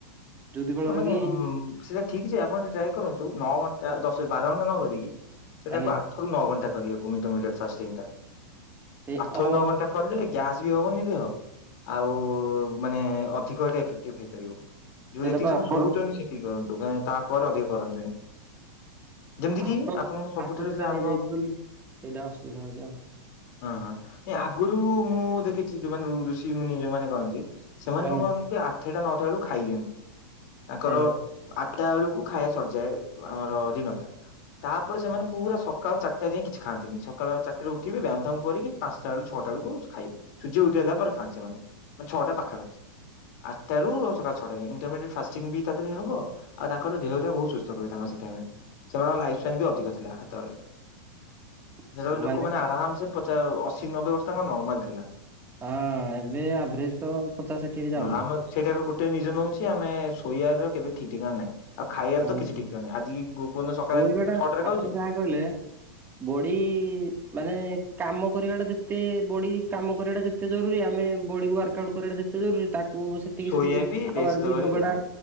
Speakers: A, on the right (about 20°); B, on the left (about 55°).
A: ଯୋଉଥି ଫଳରେ
B: ହଁ ମାନେ
A: କି
B: ସେଟା ଠିକ୍ ଯେ ଆପଣ ଟିକେ ଟ୍ରାଏ କରନ୍ତୁ ନଅ ଘଣ୍ଟା ଦଶ ବାର ଘଣ୍ଟା ନ କରିକି ସେ
A: ଆଜ୍ଞା
B: ତାକୁ ଆଠରୁ ନଅ ଘଣ୍ଟା କରିବାକୁ <unintelligible> ଫାଷ୍ଟିଂ ଟା
A: ସେ
B: ଆଠରୁ
A: ଅ
B: ନଅ ଘଣ୍ଟା କଲେ ଗ୍ୟାସ୍ ବି ହବନି ଦେହ ଆଉ ମାନେ ଅଧିକ ଏଇଟା ଇଫେକ୍ଟିଭ୍ ହେଇପାରିବ। ଯୋଉ
A: ସେଇଟା
B: ଯେତିକି
A: ପା
B: ସମୟ ଶୋଉଛନ୍ତି
A: ମୋର
B: ସେତିକି କରନ୍ତୁ ତାପରେ ଅଧିକ କରନ୍ତୁନି। ଯେମିତି
A: ଆଦ
B: କି ଆପଣଙ୍କ ସବୁଠାରୁ
A: ଆଦତ ଟା
B: ଥିଲା
A: ହେଇଯାଇଛି
B: ଆମ
A: ବୋଲି ସେଇଟା ଅସୁବିଧା ହଉଛି ଆଉ
B: ହଁ ହଁ ଏ ଆଗରୁ ମୁଁ ଦେଖିଛି ଯୋଉମାନେ ଋଷି ମୁନି ଯୋଉମାନେ କହନ୍ତି। ସେମାନେ
A: ଆଜ୍ଞା
B: କଣ କରନ୍ତି ଆଠଟା ନଅଟା ବେଳକୁ ଖାଇ ଦିଅନ୍ତି। ତାଙ୍କର
A: ଆଜ୍ଞା
B: ଆଠଟା ବେଳକୁ ଖାଇଆ ସରିଯାଏ ଆମର ଦିନ ଟା ତାପରେ ସେମାନେ ପୁରା ସକାଳ ଚାରିଟା ଯାଇଏ କିଛି ଖାଆନ୍ତିନୀ। ସକାଳ ଚାରଟା ରୁ ଉଠିବେ ବ୍ୟାୟାମ ଫାମ କରିକି ପାଞ୍ଚଟା ବେଳୁ ଛଅଟା ବେଳକୁ ଖାଇବୁ ସୂର୍ଯ୍ୟ ଉଦୟ ହେଲା ପରେ ଖାଆନ୍ତି ସେମାନେ ମାନେ ଛଅଟା ପାଖାପାଖି। ଆଟା ରୁ ସକାଳ ଛଟା ଯାଙ୍କେ। ଫାଷ୍ଟିଙ୍ଗ ବି ତାହ ଦେହ ରେ ହବ ଆଉ ତାଙ୍କର ଦେହଟା ବହୁତ ସୁସ୍ଥ ରୁହେ ତାଙ୍କ ର ସେଇ ଟାଇମ୍ ରେ। ସେମାନଙ୍କ ଲାଇଫଷ୍ଟାଇଲ ବି ଅଧିକ ଥିଲା ସେ ହେତବେଳେ।
A: <unintelligible>
B: ଯେତେବେଳେ ଲୋକମାନେ
A: ମାନେ
B: ଆରାମସେ ପଚା ଅଶୀ ନବେ ବର୍ଷ ତାଙ୍କର ନର୍ମାଲ ଥିଲା।
A: ହଁ ଏବେ ଆଭରେଜ ତ ପଚାଶ ଷାଠିଏ ବି
B: ହଁ
A: ଯାଉନି।
B: ଆମ ସେଇଟାର ଗୋଟେ ରିଜର୍ଣ ହଉଚି ଆମେ ଶୋଇବାର କେବେ ଠିକ ଠିକଣା ନାହିଁ। ଆଉ ଖାଇବାରେ
A: ହଁ।
B: ତ କିଛି ଠିକ୍ ଠିକଣା ନାହିଁ ଆଜି ଗୁଗୁନୁ ସକାଳେ
A: ଶୋଇବାଟା
B: ଛଅଟାରେ
A: ଆପଣ
B: ଖାଉଚେ
A: ଯାହା କହିଲେ। ବଡି ମାନେ କାମ କରିବା ଟା ଯେତେ ବଡି କାମ କରିବା ଟା ଯେତେ ଏତେ ଜରୁରୀ ଆମେ ବଡିକୁ ୱାର୍କ ଆଉଟ୍ କରିବାଟା ଯେତେ ଜରୁରୀ ତାକୁ ସେତିକି
B: ଶୋଇବା
A: ସ୍ଲିପ
B: ବି ରେଷ୍ଟ
A: ଆୱାର
B: ଦବା
A: ବି ଦବାଟା
B: ଜରୁରୀ।